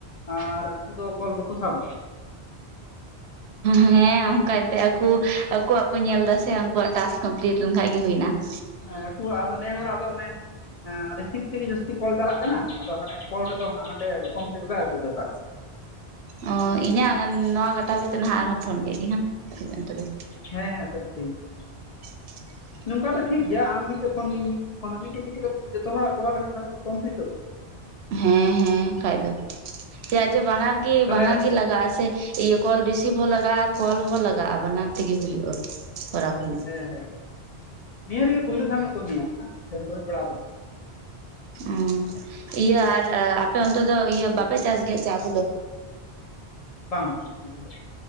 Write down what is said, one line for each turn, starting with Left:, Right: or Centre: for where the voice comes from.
Left: ᱟᱨ ᱩᱱᱠᱩ ᱫᱚ ᱠᱚᱞ ᱵᱟᱠᱚ ᱥᱟᱵᱟ?
Right: ᱦᱮᱸ ᱚᱝᱠᱟᱭᱮᱫ ᱛᱟᱦᱮᱜ ᱟᱠᱩ ᱟᱠᱚᱣᱟᱜ ᱠᱚ ᱧᱮᱞ ᱫᱟ ᱥᱮ ᱟᱠᱩᱣᱟᱜ ᱴᱟᱠᱥ ᱾ ᱠᱚᱢᱯᱞᱤᱴ ᱞᱮᱱ ᱠᱷᱟᱡ ᱜᱮ ᱦᱩᱭᱱᱟ ᱾
Left: ᱦᱮᱸ, ᱟᱠᱚᱣᱟᱜ ᱟᱫᱚ ᱱᱮ ᱦᱚᱲᱟᱜ ᱟᱫᱚ ᱨᱤᱥᱤᱯ ᱛᱤᱜᱤ ᱡᱟᱹᱥᱛᱤ ᱠᱚᱞ ᱪᱟᱞᱟᱜ ᱠᱟᱱᱟ᱾ ᱟᱫᱚ ᱦᱟᱱᱮ ᱠᱚᱞ ᱨᱮ ᱫᱚ ᱦᱟᱸᱜ ᱦᱟᱱᱰᱮ ᱠᱚᱢᱯᱞᱤᱴ ᱵᱟᱭ ᱩᱫᱩᱜ ᱫᱟ ᱴᱟᱠᱥ,
Right: ᱚᱻ ᱤᱧᱟᱹᱜ ᱱᱚᱣᱟ ᱠᱟᱴᱟᱣ ᱠᱟᱛᱮᱫ ᱱᱟᱦᱟᱜ ᱟᱨᱦᱚᱸᱢ ᱯᱷᱳᱱ ᱠᱮᱜ ᱜᱮ <inaudible> ᱛᱚᱵᱮ᱾
Left: ᱦᱮᱸ ᱦᱮᱸ ᱥᱚᱵ ᱫᱤᱱ ᱾
Right: <unintelligible>
Left: ᱱᱚᱝᱠᱟ ᱫᱚ ᱴᱷᱤᱠ ᱜᱮᱭᱟ ᱟᱢ ᱢᱤᱫᱴᱮᱡ ᱯᱷᱳᱱ ᱢᱤᱫ ᱯᱷᱳᱱᱟᱢ ᱢᱤᱫᱴᱤᱡ ᱢᱤᱫᱴᱤᱡ ᱠᱟᱛᱮ ᱜᱮ ᱡᱚᱛᱚ ᱦᱚᱲᱟᱜ ᱠᱚᱨᱟᱣ ᱞᱮᱠᱷᱟᱱ ᱛᱟᱞᱦᱮ ᱠᱚᱢᱯᱞᱤᱴᱚᱜ ᱜᱮᱭᱟ ᱾
Right: ᱦᱮᱸ ᱦᱮᱸ, ᱠᱷᱟᱡ ᱫᱚ ᱪᱮᱫᱟᱜ ᱡᱮ ᱵᱟᱱᱟᱨ ᱜᱤ
Left: ᱛᱟᱦᱚᱞᱮ
Right: ᱵᱟᱱᱟᱨ ᱜᱤ ᱞᱟᱜᱟᱜ-ᱟ ᱥᱮ? ᱤᱭᱟᱹ ᱠᱚᱞ ᱨᱤᱥᱤᱵᱷ ᱦᱚᱸ ᱞᱟᱜᱟᱜᱼᱟ ᱟᱨ ᱠᱚᱞ ᱦᱚᱸ ᱞᱟᱜᱟᱜᱼᱟ ᱵᱟᱱᱟᱨ ᱛᱮ ᱜᱮ ᱦᱩᱭᱩᱜᱼᱟ ᱠᱚᱨᱟᱣ ᱦᱩᱭᱩᱜᱼᱟ ᱾
Left: ᱦᱮᱸ ᱦᱮᱸ ᱱᱤᱭᱟᱹ ᱨᱮ ᱜᱮ ᱯᱩᱭᱞᱩ ᱫᱷᱟᱣ ᱮ ᱠᱟᱹᱢᱤᱭᱟ ᱥᱮᱢ ᱠᱟᱹᱢᱤ ᱵᱟᱲᱟᱣ ᱟᱠᱟᱫᱟ?
Right: ᱦᱩᱸ ᱤᱭᱟᱹ ᱟᱨ ᱟᱯᱮ ᱚᱱᱛᱮ ᱫᱚ ᱤᱭᱟᱹ ᱵᱟᱯᱮ ᱪᱟᱥ ᱜᱮᱭᱟ ᱪᱟᱥ ᱪᱟ ᱠᱚ ᱫᱚ?
Left: ᱵᱟᱝ ᱵᱟᱝ ᱚᱛᱮ ᱫᱚ ᱾